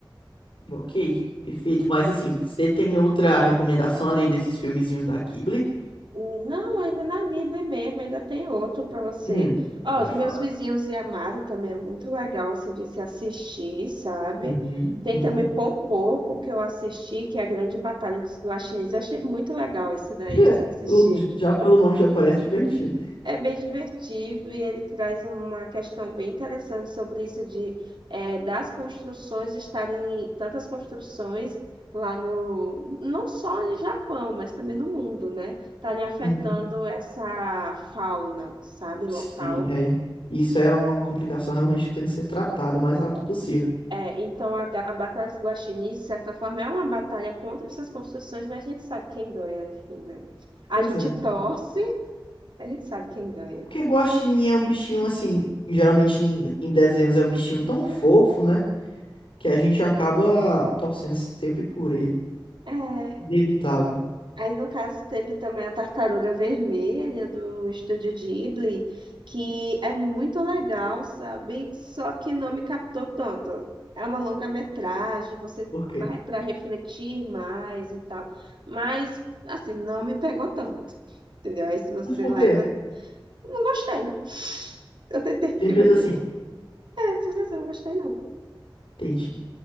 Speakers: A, on the left; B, on the right.
A: Ok, perfeito. Mas assim, você tem outra recomendação além desses filmezinhos da Ghibli?
B: Não, ainda na Libre mesmo, ainda tem outro para você.
A: Hum,
B: Ó,
A: Pode
B: Os Meus
A: falar.
B: Vizinhos e Amada também é muito legal, assim, de se assistir, sabe?
A: uhum,
B: Tem
A: uhum.
B: também Pompoco, que eu assisti, que é a Grande Batalha dos Guaxinins. Eu achei muito legal esse daí
A: <laughs>
B: de se assistir.
A: O- Já pelo nome já parece divertido.
B: É bem divertido e ele traz uma questão bem interessante sobre isso de eh, das construções estarem tantas construções lá no não só no Japão, mas também no mundo, né? Estarem afetando
A: Uhum.
B: essa fauna, sabe, local.
A: Sim, é. Isso é uma complicação realmente que tem que ser tratada o mais rápido possível.
B: É, então a, ga- a batalha dos guaxinins, de certa forma, é uma batalha contra essas construções, mas a gente sabe quem ganha no fim, né? A
A: Pois
B: gente
A: é.
B: torce,
A: É
B: a gente sabe quem ganha.
A: Porque guaxinim é um bichinho assim, geralmente em, em desenhos é um bichinho tão fofo, né? Que a gente acaba torcendo sempre por ele.
B: É.
A: Inevitável.
B: Aí, no caso, teve também a Tartaruga Vermelha do Estúdio Ghibli, que é muito legal, sabe? Só que não me captou tanto. É uma longa-metragem, você
A: Por quê?
B: vai para refletir mais e tal. Mas, assim, não me pegou tanto. Entendeu? Aí, se você
A: Mas por
B: leva.
A: quê?
B: eu Não gostei. Eu tentei,
A: Simples
B: <laughs> eu gostei.
A: assim.
B: É, se você não gostei, não.
A: Entendi.